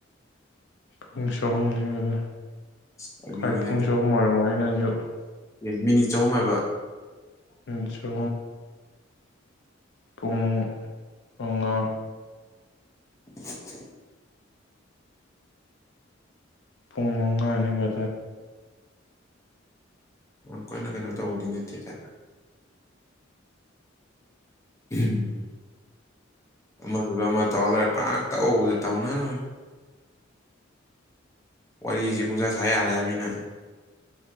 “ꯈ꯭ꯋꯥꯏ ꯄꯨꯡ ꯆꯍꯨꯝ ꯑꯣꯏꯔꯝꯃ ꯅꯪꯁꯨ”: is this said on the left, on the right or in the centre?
Left